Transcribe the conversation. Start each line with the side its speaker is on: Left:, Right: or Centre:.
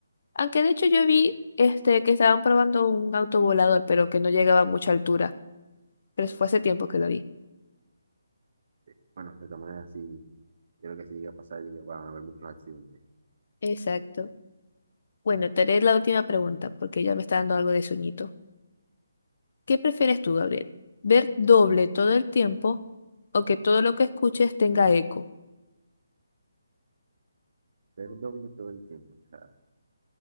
Left: Aunque de hecho yo vi este que estaban probando un auto volador, pero que no llegaba a mucha altura. Pero eso fue hace tiempo que lo vi.
Right: eh, Bueno, de todas maneras, sí, yo creo que si llega a pasar, llega- van a haber muchos accidentes.
Left: Exacto. Bueno, te haré la última pregunta, porque ya me está dando algo de sueñito. ¿Qué prefieres tú, Gabriel? ¿Ver doble todo el tiempo o que todo lo que escuches tenga eco?
Right: Pero doble todo el tiempo. O sea,